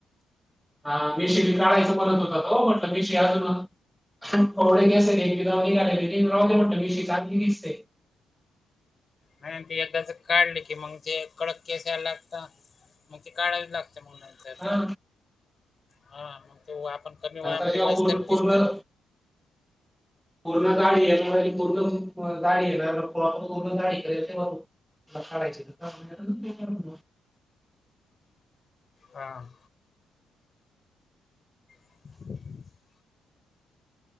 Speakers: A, in the centre; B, on the left.
A: हा मेशी बी काढायचं म्हणत होता तो, म्हटलं मिशी अजून <unintelligible> राहूदे म्हटत मीशी. चागली दिसते.
B: नाही ते एकदाच काढली की मग ते कडक केस यायला लागता. मग ते काढावी लागते मग नंतर.
A: हा
B: हा मग तो आपण कमी वयामध्ये
A: आता जेव्हा
B: वयसकर
A: पूर्ण पूर्ण
B: दिसणार.
A: पूर्ण दाडी पूर्ण दाडी येणार. पण ग काढय <unintelligible>
B: हां. <inaudible>